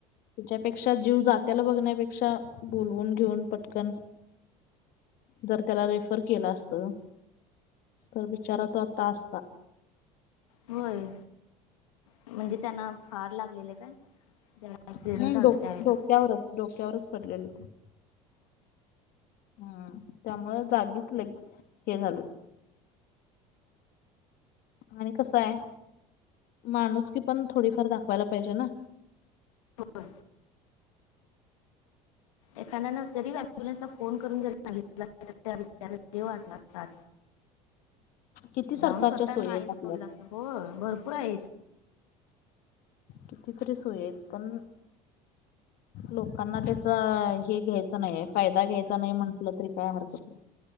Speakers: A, on the left; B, on the left.
A: त्याच्यापेक्षा जीव जात्याला बघण्यापेक्षा बोलवून घेऊन पटकन जर त्याला रेफर केला असतं तर बिचार तो आता असता
B: होय म्हणजे त्यांना फार लागलेले काय? ऍक्सिडेंट
A: हम्म
B: झाला होता
A: डोक
B: त्यावेळेला
A: डोक्यावरच डोक्यावरच पडलेले होत हम्म त्यामुळे जागीच लगी हे झालं. आणि कसं आहे? माणूस की पण थोडीफार दाखवायला पाहिजे ना
B: होय एखाद्या जरी अम्बुलन्सला फोन करून जरी सांगितलं असतात त्या विचार जीव वाचला असता.
A: किती सरकारच्या
B: जाऊन स्वतः
A: सोयी
B: नाही
A: आहेत
B: सोडला
A: आपल्या
B: हो भरपूर आहेत.
A: कितीतरी सोय आहेत पण लोकांना त्याचा हे घ्यायच नाही फायदा घ्यायचा नाही म्हटलं तरी काय हरकत नाही.